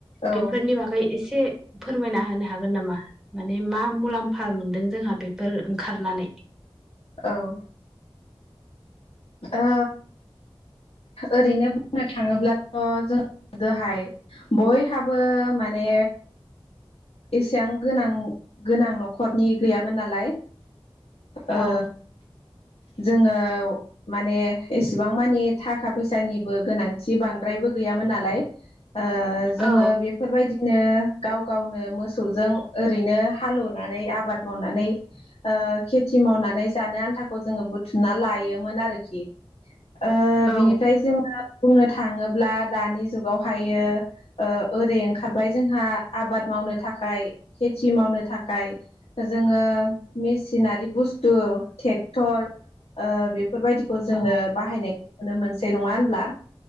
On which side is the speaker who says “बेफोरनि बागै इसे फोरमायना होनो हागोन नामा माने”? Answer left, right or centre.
Centre